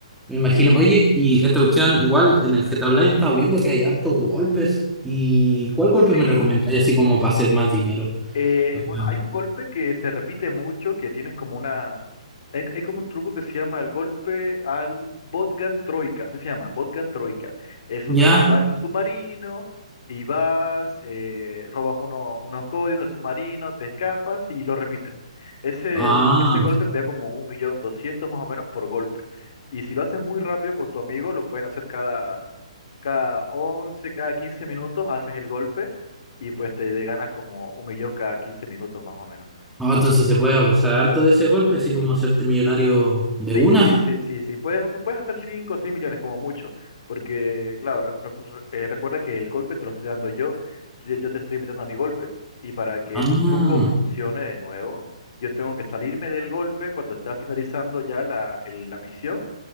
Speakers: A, in the centre; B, on the left.
A: Me imagino.
B: Sí,
A: Oye, y esta cuestión, igual en el GTA Online estaba viendo que hay hartos golpes. ¿Y cuál golpe
B: sí,
A: me recomendáis así como para hacer más dinero?
B: Eh,
A: O sea,
B: bueno, hay un golpe que se repite mucho, que tienes como una... Hay, hay como un truco que se llama el golpe al Botgan Troika, así se llama, Botgan Troika. Es
A: ¿Ya?
B: uno en el que vas en un submarino y vas, eh, robas uno- unos códigos del submarino, te escapas y lo repites. Ese,
A: Ah,
B: ese golpe te da como un millón doscientos más o menos por golpe. Y si lo haces muy rápido con tu amigo, lo pueden hacer cada, cada 11 cada 15 minutos, haces el golpe y pues te de- ganas como un millón cada 15 minutos más o menos.
A: ah, entonces se puede abusar harto de ese golpe, así como hacerte millonario de
B: Sí,
A: una.
B: sí, sí, sí, sí. Puedes, no sé, puedes hacer 5 o 6 millones como mucho, porque claro, re- recu- eh, recuerda que el golpe te lo estoy dando yo, yo, yo te estoy metiendo a mi golpe. Y para que
A: Ah,
B: el truco funcione de nuevo, yo tengo que salirme del golpe cuando está finalizando ya la, el- la misión